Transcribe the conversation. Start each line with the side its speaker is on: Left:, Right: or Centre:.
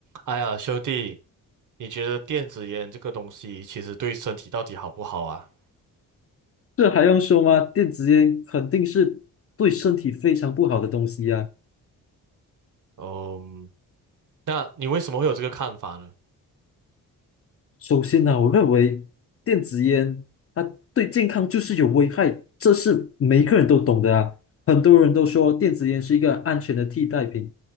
Right: 哎呀，兄弟，你觉得电子烟这个东西其实对身体到底好不好啊？
Left: 这还用说吗？电子烟肯定是对身体非常不好的东西呀、
Right: 嗯，那你为什么会有这个看法呢？
Left: 首先呢，我认为电子烟它对健康就是有危害，这是每一个人都懂的啊。很多人都说电子烟是一个安全的替代品，